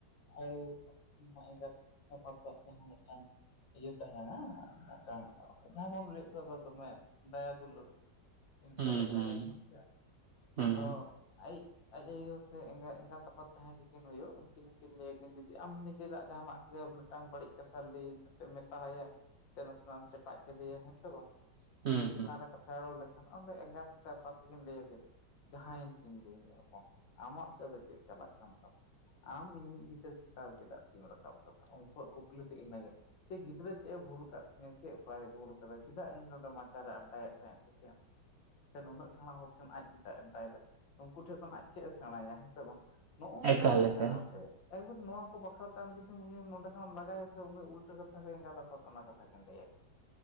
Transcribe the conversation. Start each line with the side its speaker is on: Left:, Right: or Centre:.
Left: ᱟᱭᱳ ᱮᱸᱜᱟᱛᱟᱯᱟᱛᱟᱜ ᱡᱟᱦᱟᱸ ᱢᱤᱫᱴᱟᱝ ᱤᱭᱟᱹ ᱛᱟᱦᱮᱱᱟ ᱢᱮᱫᱴᱟᱝ ᱡᱟᱦᱟᱸ ᱵᱚᱱ ᱞᱟᱹᱭ ᱫᱚ ᱫᱚᱢᱮ ᱫᱟᱭᱟ ᱫᱩᱞᱟᱹᱲ ᱤᱱᱠᱟᱹ
Right: ᱦᱩᱸ
Left: ᱞᱮᱠᱟ
Right: ᱦᱩᱸ
Left: ᱨᱮᱜᱮ ᱦᱮᱸ ᱥᱮ
Right: ᱦᱩᱸ
Left: ᱟᱫᱚ ᱟᱭᱤᱡ ᱟᱡ ᱟᱭᱳ ᱥᱮ ᱮᱸᱜᱟ ᱮᱸᱜᱟᱛ ᱟᱯᱟᱛ ᱡᱟᱦᱟᱸᱭ ᱜᱮᱠᱤᱱ ᱦᱩᱭᱩᱜ ᱩᱱᱠᱤᱱ ᱦᱚᱸᱠᱤᱱ ᱞᱟᱹᱭᱟᱠᱤᱱ ᱡᱩᱫᱤ ᱟᱢ ᱱᱤᱡᱮᱨᱟᱜ ᱡᱟᱦᱟᱱᱟᱜ ᱜᱮ ᱢᱤᱫᱴᱟᱝ ᱵᱟᱹᱲᱤᱡ ᱠᱟᱛᱷᱟ ᱞᱟᱹᱭᱟᱛᱮᱫ ᱢᱮᱛᱟᱭᱟ ᱥᱮ ᱱᱟᱥᱮᱱᱟᱜ ᱪᱮᱴᱟᱜ ᱠᱮᱫᱮᱭᱟ ᱦᱮᱸ ᱥᱮ ᱵᱟᱝ
Right: ᱦᱩᱸ
Left: ᱱᱤᱡᱮ ᱪᱮᱛᱟᱱ
Right: ᱦᱩᱸ
Left: ᱨᱮ ᱠᱟᱛᱷᱟ ᱯᱷᱮᱨᱚᱞ ᱞᱮᱠᱷᱟᱱ ᱚᱸᱰᱮ ᱮᱸᱜᱟᱛ ᱥᱮ ᱟᱯᱟᱛ ᱛᱮᱠᱤᱱ ᱞᱟᱹᱭᱭᱟᱠᱤᱱ ᱡᱟᱦᱟᱸᱭᱮᱱ ᱛᱤᱧ ᱜᱮ ᱦᱚᱯᱚᱱ ᱟᱢᱟᱜ ᱥᱮᱫ ᱫᱚ ᱪᱮᱫ ᱪᱟᱞᱟᱜ ᱠᱟᱱ ᱛᱟᱢᱟ ᱟᱢ ᱤᱧᱤᱡ ᱜᱤᱫᱟᱹᱨ ᱪᱮᱛᱟᱱ ᱨᱮ ᱪᱮᱫᱟᱜ ᱛᱤᱢ ᱨᱟᱠᱟᱵ ᱠᱟᱫᱟ ᱩᱱᱠᱩᱣᱟᱜ ᱠᱩᱠᱞᱤ ᱫᱚ ᱤᱱᱟᱹᱜᱮ ᱛᱮ ᱜᱤᱫᱽᱨᱟᱹ ᱪᱮᱫ ᱵᱷᱩᱞ ᱟᱠᱟᱫ ᱦᱮᱸ ᱪᱮᱫ ᱵᱟᱭ ᱵᱷᱩᱞ ᱟᱠᱟᱫᱟ ᱪᱮᱫᱟᱜ ᱤᱧ ᱱᱚᱰᱮ ᱢᱟᱪᱟᱨᱮ ᱟᱰᱟᱭᱮᱫ ᱛᱟᱦᱮᱸᱜ ᱥᱮ ᱪᱮᱫ ᱱᱩᱱᱟᱹᱜ ᱥᱮᱬᱟ ᱦᱚᱲ ᱴᱷᱮᱱ ᱟᱡ ᱪᱮᱫᱟᱜ ᱮ ᱮᱢ ᱛᱟᱭᱟᱭ ᱫᱟ ᱩᱱᱠᱩ ᱴᱷᱮᱱ ᱠᱷᱚᱱ ᱟᱡ ᱪᱮᱫ ᱮ ᱥᱮᱬᱟᱭᱟ ᱦᱮᱸ ᱥᱮᱮ ᱵᱟᱝ ᱱᱚᱜᱼᱚ ᱱᱚᱣᱟ
Right: ᱮᱠᱟᱞ
Left: ᱵᱟᱠᱷᱨᱟ
Right: ᱮᱠᱟᱞ
Left: ᱛᱮ ᱮᱠᱵᱟᱨ ᱱᱚᱣᱟ ᱠᱚ ᱵᱟᱠᱷᱨᱟᱛᱮ ᱡᱩᱫᱤ ᱩᱱᱤ ᱱᱚᱰᱮ ᱠᱷᱟᱱᱢ ᱞᱟᱜᱟᱭᱟ ᱥᱮ ᱩᱱᱟᱹᱜ ᱩᱞᱴᱟᱹ ᱠᱟᱛᱷᱟ ᱮᱸᱜᱟᱛᱟ ᱟᱯᱟᱛ ᱚᱱᱟ ᱠᱟᱛᱷᱟ <unintelligible>